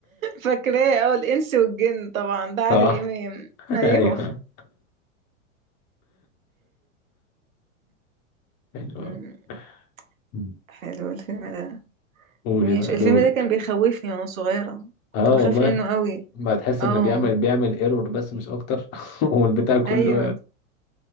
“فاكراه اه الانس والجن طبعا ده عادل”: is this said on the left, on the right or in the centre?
Right